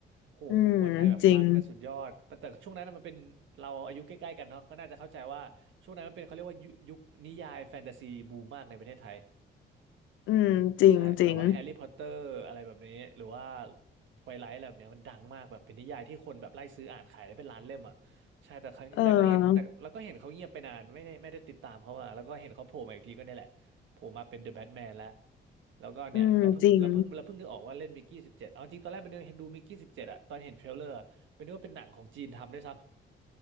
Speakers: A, on the right; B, on the left.
A: โหคนไทยแบบคลั่งกันสุดยอดแต่แต่ช่วงนั้นน่ะมันเป็นเราอายุใกล้ๆกันเนาะก็น่าจะเข้าใจว่าช่วงนั้นมันเป็นเขาเรียกว่ายุยุคนิยายแฟนตาซีบูมมากในประเทศไทย
B: อืมจริงอืมจริงจริง
A: ใช่แบบว่าแฮร์รี่พอตเตอร์อะไรแบบนี้หรือว่าไวไลท์อะไรแบบเนี้ยมันดังมากแบบเป็นนิยายที่คนแบบไล่ซื้ออ่านขายได้เป็นล้านเล่มอ่ะใช่แต่เขาแต่ก็เห็นแต่แล้วก็เห็นเขาเงียบไปนานไม่ได้ไม่ได้ติดตามเขามาแล้วก็เห็นเขาโผล่มาอีกทีก็เนี่ยแหละโผล่มาเป็นเดอะแบทแมนแล้ว
B: เออ
A: แล้วก็เนี่ยเราเพิ่งเราเพิ่งเราเพิ่งนึกออกว่าเล่นมิกกี้สิบเจ็ดเอาจริงตอนแรกเป็นนึกดูมิกกี้สิบเจ็ดอะตอนเห็นเทรลเลอร์อะเป็นนึกว่าเป็นหนังของจีนทำด้วยซ้
B: อืมจริง